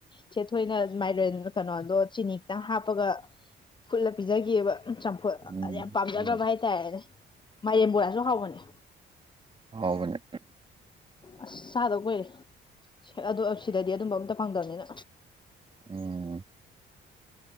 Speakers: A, on the left; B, on the right.
A: ꯆꯦ ꯊꯣꯏꯅ ꯃꯥꯏꯔꯦꯟ ꯀꯩꯅꯣꯗꯣ ꯆꯤꯅꯤ ꯈꯤꯇꯪ ꯍꯥꯞꯄꯒ ꯐꯨꯠꯂ ꯄꯤꯖꯈꯤꯑꯕ ꯎꯝ ꯆꯝ ꯍꯣꯏ
B: ꯎꯝ
A: ꯑ ꯌꯥꯝ ꯄꯥꯝꯖꯈ꯭ꯔꯕ
B: ꯎꯝ
A: ꯍꯥꯏꯇꯥꯔꯦꯅꯦ ꯃꯥꯏꯔꯦꯟ ꯕꯣꯔꯥꯁꯨ ꯍꯥꯎꯕꯅꯦ
B: ꯍꯥꯎꯕꯅꯦ
A: ꯑꯁ ꯆꯥꯗꯕ ꯀꯨꯏꯔꯦ ꯁꯦ ꯑꯗꯨ ꯑꯁ ꯗꯗꯤ ꯑꯗꯨꯝꯕ ꯑꯝꯇ ꯐꯪꯗꯕꯅꯤꯅ
B: ꯎꯝ